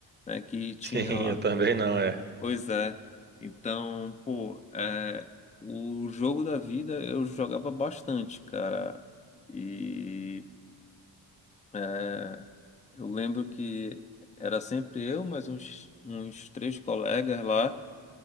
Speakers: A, on the left; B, on the right.
A: né? Que tinha
B: Sim,
A: lá.
B: eu também não, é.
A: Pois é. Então, pô, é, o jogo da vida eu jogava bastante, cara. E. é, eu lembro que era sempre eu, mais uns, uns três colegas lá,